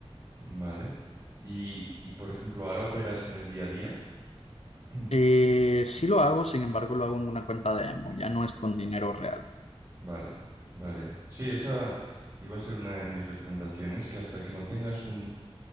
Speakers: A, on the right; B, on the left.
A: Vale. Y, y por ejemplo, ahora operas en el día a día. <clears throat>
B: Eh, sí lo hago, sin embargo, lo hago en una cuenta demo, ya no es con dinero real.
A: Vale, vale. Sí, esa iba a ser una de mis recomendaciones, que hasta que no tengas un,